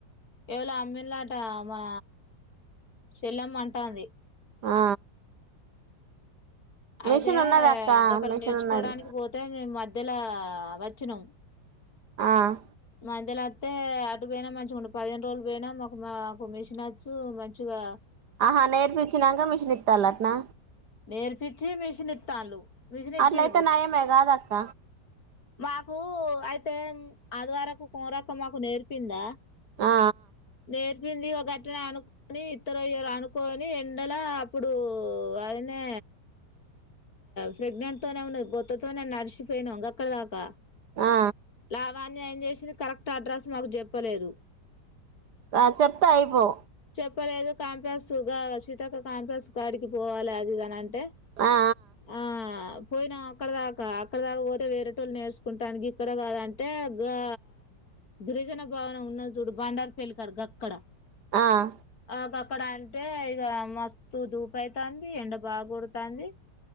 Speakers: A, on the left; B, on the right.
A: ఎవళో అమ్మిలాట మా చెల్లమ్మ అంటాంది
B: ఆ
A: అయితే
B: మిషన్ ఉన్నది అక్క
A: గక్కడ
B: మిషన్
A: నేర్చుకోవడానికి
B: ఉన్నది
A: బోతే మధ్య మధ్యలా వచ్చినం
B: ఆ
A: మధ్యలో వత్తే అటు పోయినా మంచిగా ఉండు పదిహేను రోజులు పోయినా మా మాకు మిషన్ మిషన్ వచ్చు మంచిగా
B: ఆహా నేర్పించినంక మిషన్ ఇత్తాలటనా
A: నేర్పిచి మిషన్ ఇత్తాల్లు మిషన్ ఇచ్చిరు
B: అట్లయితే నయమే కాదక్క
A: మాకు అయితే ఆదివరకు కోమరక్క మాకు నేర్పిందా
B: ఆ
A: నేర్పి పింది ఓ గట్టనే అనుకొని ఇత్తరో యియ్యరో అనుకొని ఎండల అప్పుడు నే ప్రెగ్నెంట్ తోనే ఉన్నది భొత్తతోనే నడిచిపోయినాం గక్కడ దాకా
B: ఆ
A: లావణ్య ఏం జేసింది కరెక్ట్ అడ్రస్ మాకు జెప్పలేదు
B: ఆ చెప్తే అయిపోవ్
A: చెప్పలేదు కాంప్లేసు గా సీతక్క కాంప్లేస్ కాడికి పోవాలి అది ఇది అంటే
B: ఆ
A: ఆ పోయినాం అక్కడ దాకా అక్కడ దాకా పోతే వేరేటోళ్ళు నేర్చుకుంటానికి గిక్కడ కాదంటే గా గిరిజన భవనము ఉన్నది చూడు బండారు పలికాడుక్కడ
B: ఆ ఆ
A: ఆ ఇక్కడ అంటే ఇగ మస్తు దూపు అైతాంది ఎండ బాగా కుడుతుంది